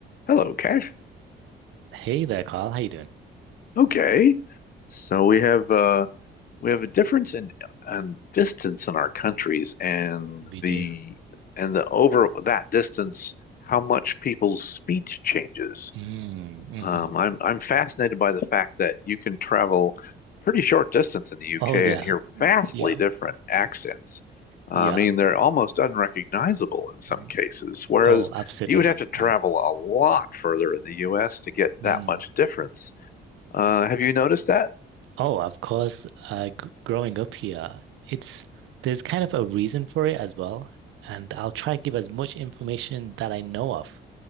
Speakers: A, on the left (about 45°); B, on the right (about 80°).
A: Hello, Cash.
B: Hey there, Carl. How you doing?
A: Okay. So we have uh we have a difference in on distance in our countries and
B: We
A: the
B: do.
A: and the over that distance, how much people's speech changes.
B: Mm, hmm
A: Um, I'm I'm fascinated by the fact that you can travel pretty short distance in the UK
B: Oh yeah,
A: and hear vastly
B: yeah,
A: different accents. I
B: yeah.
A: mean, they're almost unrecognizable in some
B: Mm.
A: cases, whereas
B: Oh, absolutely.
A: you would have to travel
B: Mm,
A: a lot further in the US to get
B: mm,
A: that much difference. Uh,
B: mm.
A: have you noticed that?
B: Oh, of course. Uh, g growing up here, it's there's kind of a reason for it as well, and I'll try to give as much information that I know of.